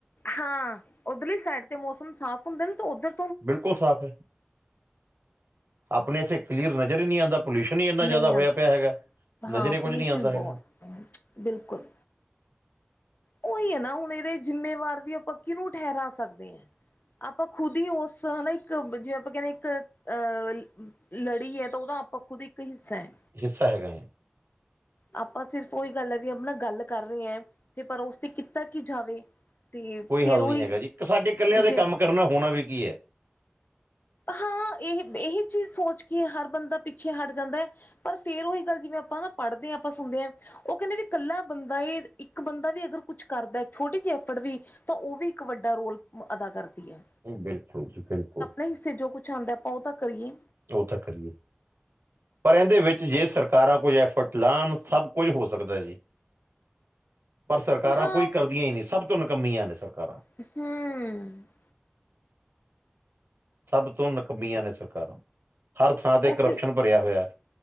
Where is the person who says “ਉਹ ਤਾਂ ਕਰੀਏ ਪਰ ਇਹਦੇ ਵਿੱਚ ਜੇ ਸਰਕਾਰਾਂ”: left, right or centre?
Right